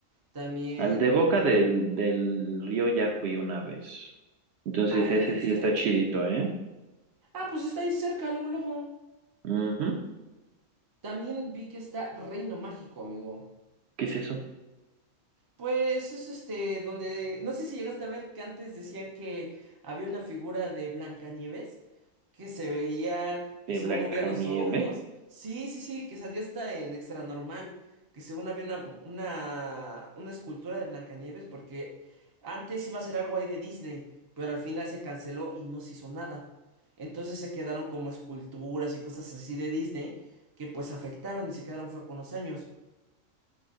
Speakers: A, on the right (about 30°); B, on the right (about 65°).
A: también...
B: Al de Boca del, del río ya fui una vez, entonces
A: Ah, ¿ya
B: ese
A: fuiste?
B: sí está chidito, ¿eh?
A: Ah, pues está ahí cerca, luego, luego.
B: Ujú.
A: También vi que está Reino Mágico, amigo.
B: ¿Qué es eso?
A: Pues es este, donde... No sé si llegaste a ver que antes decían que había una figura de Blancanieves. que se veía,
B: ¿De
A: que según
B: Blancanieve?
A: movía los ojos. Sí, sí, sí, que salía hasta en Extra Normal, que según había una, una, una escultura de Blancanieves, porque antes iba a ser algo ahí de Disney, pero al final se canceló y no se hizo nada. Entonces se quedaron como esculturas y cosas así de Disney que pues afectaron y se quedaron fue con los años.